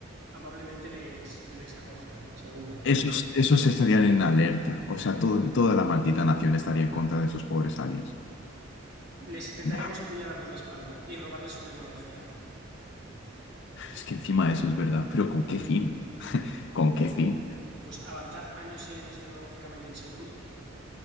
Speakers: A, on the right; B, on the left.
A: amablemente les, les acogen, seguro.
B: Esos, esos estarían en alerta. O sea, todo- toda la maldita nación estaría en contra de esos pobres aliens.
A: Les intentaríamos
B: Nah.
A: apuñalar por la espalda y robarles su tecnología.
B: Es que encima eso es verdad, pero ¿con qué fin? ¿Con qué fin?
A: Pues avanzar años y años tecnológicamente en segundos,